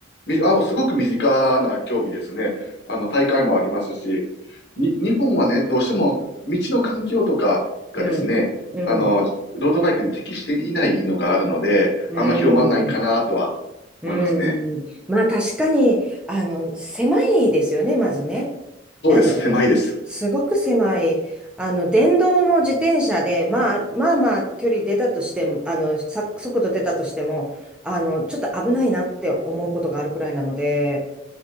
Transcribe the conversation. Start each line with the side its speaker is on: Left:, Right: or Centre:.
Left: み、あ、すごく身近な競技ですね。あの、大会もありますし、に、日本はね、どうしても道の環境とかがですね、
Centre: うん、うん、
Left: あの、ロードバイクに適していないのがあるので、
Centre: うん、
Left: あんま広まんないかなとは思いますね。
Centre: うん。まあ確かに、あの、狭いですよね、まずね。
Left: そうです。
Centre: あの、
Left: 狭いです。
Centre: すごく狭い、あの、電動の自転車で、まあ、まあまあ、距離出たとしても、あの、さ、速度出たとしても、あの、ちょっと危ないなって思うことがあるくらいなので、